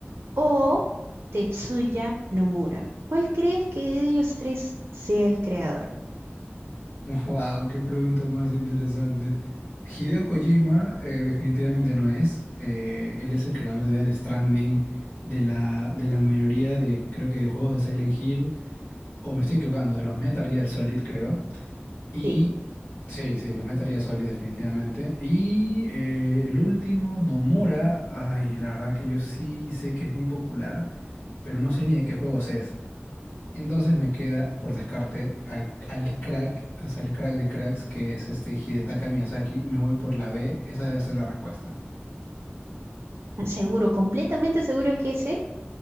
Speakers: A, on the right; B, on the left.
A: o Tetsuya Nomura. ¿Cuál crees que de ellos tres sea el creador?
B: Wow, qué pregunta más interesante. Hideo Kojima eh, definitivamente no es. Eh, él es el creador de Death Stranding, de la, de la mayoría de, creo que de juegos de Silent Hill, o me estoy equivocando, de los Metal Gear Solid, creo. Y
A: Sí,
B: sí, sí, los Metal Gear Solid definitivamente. Y eh, el último, Nomura, ay, la verdad que yo sí sé que es muy popular, pero no sé ni de qué juegos es. Entonces me queda por descarte al, al crack, o sea, el crack de cracks, que es este Hidetaka Miyazaki. Me voy por la B, esa debe ser la respuesta.
A: aseguro, completamente seguro que es él.